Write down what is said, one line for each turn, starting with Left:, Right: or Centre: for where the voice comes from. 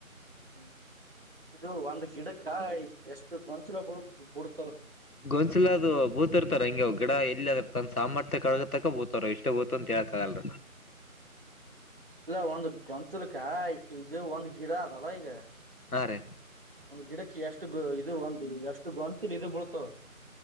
Right: ಹ್ಮ್ ಇದು ಒಂದ್ ಗಿಡಕಾಯಿ ಎಷ್ಟು ಗೊಂಚಲ ಬಿಡ ಬಿಡ್ತವ
Left: ಗೊನ್ಸಿಲ ಅದು ಬೂತ ಇರ್ತಾರ ಹಂಗೆ ಗಿಡ ಎಲ್ಲಿ ಅದ ತಂದ ಸಾಮಥ್ಯ ಕಳಗತಕ್ಕ ಬೂತ ಇಷ್ಟ ಗೊತ್ತು ಅಂತ ಹೇಕ್ ಆಗಲ್ಲ
Right: ಇಲ್ಲ ಒಂದು ಗೊಂಚಲ್ಕ ಇದು ಒಂದ್ ಗಿಡ ಅದಲ್ಲ ಈಗ
Left: ಹಾ ರೀ
Right: ಒಂದು ಗಿಡಕ್ಕೆ ಎಷ್ಟು ಗ ಇದು ಒಂದು ಎಷ್ಟು ಗೊಂಚಲ್ ಇದು ಬಳ್ತಾವ